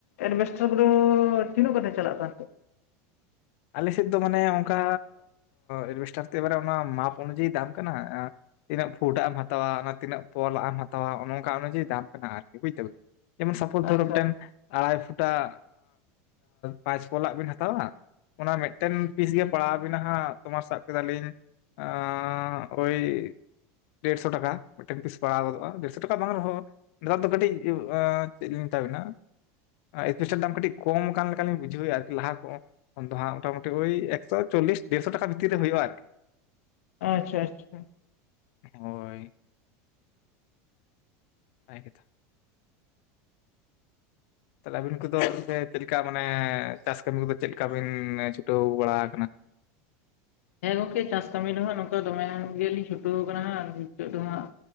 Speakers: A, on the left (about 90°); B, on the left (about 60°).
A: ᱮᱡᱵᱮᱥᱴᱟᱨ ᱠᱚᱫᱚ ᱛᱤᱱᱟᱹᱜ ᱠᱟᱛᱮ ᱪᱟᱞᱟᱜ ᱠᱟᱱ ᱛᱮ?
B: ᱟᱞᱮᱥᱮᱫ ᱫᱚ ᱢᱟᱱᱮ ᱚᱱᱠᱟ ᱮᱡᱵᱮᱥᱴᱟᱨ ᱚᱱᱟ ᱢᱟᱯ ᱚᱱᱩᱡᱟᱭᱤ ᱫᱟᱢ ᱠᱟᱱᱟ ᱟ᱾ ᱛᱤᱱᱟᱹᱜ ᱯᱷᱩᱴ ᱟᱜ ᱮᱢ ᱦᱟᱛᱟᱣᱟ ᱛᱤᱱᱟᱹᱜ ᱯᱚᱞ ᱟᱜ ᱮᱢ ᱦᱟᱛᱟᱣᱟ ᱚᱱᱮ ᱚᱱᱠᱟ ᱚᱱᱩᱡᱟᱭᱤ ᱫᱟᱢ ᱠᱟᱱᱟ ᱟᱨᱠᱤ ᱵᱩᱡ ᱫᱟ ᱵᱤᱱ᱾ ᱡᱮᱢᱚᱱ ᱥᱟᱯᱚᱡ
A: ᱟᱪᱪᱷᱟ
B: ᱫᱷᱚᱨᱚ ᱢᱤᱫᱴᱮᱱ ᱟᱲᱟᱭ ᱯᱷᱩᱴᱟᱜ ᱯᱟᱸᱪ ᱯᱚᱞᱟᱜ ᱵᱤᱱ ᱦᱟᱛᱟᱣᱟ᱾ ᱚᱱᱟ ᱢᱤᱫᱴᱮᱱ ᱯᱤᱥ ᱜᱮ ᱯᱟᱲᱟᱣ ᱟᱵᱤᱱᱟ ᱦᱟᱸᱜ ᱛᱳᱢᱟᱨ ᱥᱟᱵ ᱠᱮᱫᱟᱞᱤᱧ ᱟ ᱳᱭ, ᱫᱮᱲᱥᱚ ᱴᱟᱠᱟ ᱢᱤᱫᱴᱟᱝ ᱯᱤᱥ ᱯᱟᱲᱟᱣ ᱜᱚᱫᱚᱜᱼᱟ, ᱫᱮᱲᱥᱚ ᱴᱟᱠᱟ ᱵᱟᱝ ᱨᱮᱦᱚᱸ, ᱱᱮᱛᱟᱨ ᱫᱚ ᱠᱟᱹᱴᱤᱡ ᱟ ᱪᱮᱫ ᱞᱤᱧ ᱢᱮᱛᱟ ᱵᱮᱱᱟ? ᱮᱡᱯᱮᱥᱴᱟᱨ ᱫᱟᱢ ᱠᱟᱹᱴᱤᱡ ᱠᱚᱢᱠᱟᱱ ᱞᱮᱠᱟ ᱞᱤᱧ ᱵᱩᱡᱷᱟᱹᱣᱼᱟ ᱟᱨᱠᱤ ᱞᱟᱦᱟ ᱠᱚ ᱫᱚ ᱦᱟᱸᱜ ᱢᱚᱴᱟᱢᱩᱴᱤ ᱳᱭ ᱮᱠᱥᱚ ᱪᱚᱞᱞᱤᱥ ᱰᱮᱲᱥᱚ ᱴᱟᱠᱟ ᱵᱷᱤᱛᱤᱨ ᱨᱮ ᱦᱩᱭᱩᱜᱼᱟ ᱟᱨᱠᱤ᱾
A: ᱟᱪᱪᱷᱟ ᱟᱪᱪᱷᱟ,
B: ᱦᱳᱭ ᱱᱟᱯᱟᱭ ᱠᱟᱛᱷᱟ᱾ ᱛᱟᱦᱞᱮ ᱟᱵᱤᱱ ᱠᱚᱫᱚ ᱪᱮᱫ ᱞᱮᱠᱟ ᱢᱟᱱᱮ ᱪᱟᱥ ᱠᱟᱹᱢᱤ ᱠᱚᱫᱚ ᱪᱮᱫᱞᱮᱠᱟ ᱵᱤᱱ ᱪᱷᱩᱴᱟᱹᱣ ᱵᱟᱲᱟ ᱠᱟᱱᱟ?
A: ᱦᱮᱸ ᱜᱚᱝᱠᱮ ᱪᱟᱥ ᱠᱟᱹᱢᱤ ᱫᱚ ᱦᱟᱸᱜ ᱱᱚᱝᱠᱟ ᱫᱚᱢᱮ ᱜᱮᱞᱤᱧ ᱪᱷᱩᱴᱟᱹᱣ ᱠᱟᱱᱟ ᱦᱟᱸᱜ ᱱᱤᱛᱚᱜ ᱫᱚ ᱦᱟᱸᱜ᱾